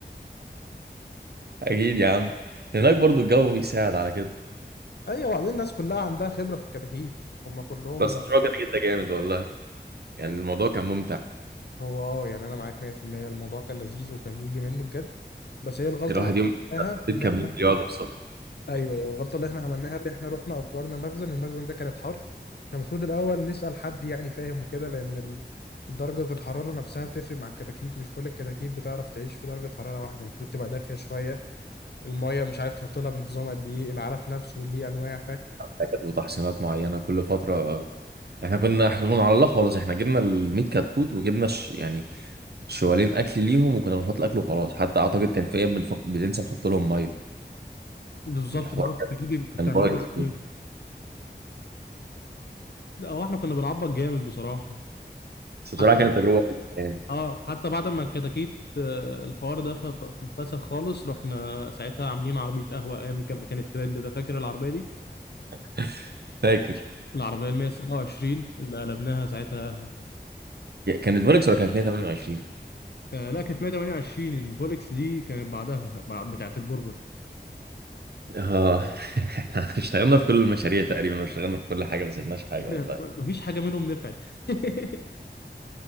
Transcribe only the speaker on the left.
ايوه وبعدين الناس كلها عندها خبرة في الكتاكيت هم كلهم
هو اه يعني انا معاك 100% الموضوع كان لذيذ وكان يجي منه بجد بس هي الغلطه
اللي
احنا
عملناها
ان
احنا
ايوه ايوه الغلطه اللي احنا عملناها اللي احنا رحنا اجرنا مخزن المخزن ده كانت حر كان المفروض الاول نسال حد يعني فاهم وكده لان ال- درجه الحراره نفسها بتفرق مع الكتاكيت مش كل الكتاكيت بتعرف تعيش في درجه حراره واحده المفروض تبقى دافيه شويه الميه مش عارف تحط لها بنظام قد ايه العلف نفسه ليه انواع فاهم
بالظبط
اللي هو الكتاكيت انت بتعمله
مع ايه لا هو احنا كنا بنعبط جامد بصراحه
حتى
اه حتى بعد ما الكتاكيت آه، الحوار ده ف- ف- ف- فسخ خالص رحنا ساعتها عاملين عربية قهوة ايام كان كان الترند ده فاكر العربية دي
العربية ال 127 اللي قلبناها ساعتها قهوة
آه لا كانت 128 الفولكس دي كانت بعدها بع- بتاعة البرجر
فكرة
مفيش حاجة منهم نفعت <laughs>